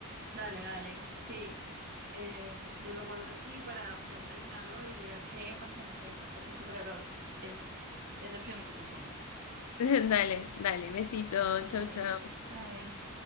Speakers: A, on the right; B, on the left.
A: Dale, dale, sí. Eh, entonces yo lo guardo aquí para poder terminarlo y ver qué personaje o qué superhéroe es, es el que nosotros somos.
B: <laughs> Dale, dale, besito,
A: Dale,
B: chau, chau.
A: bye.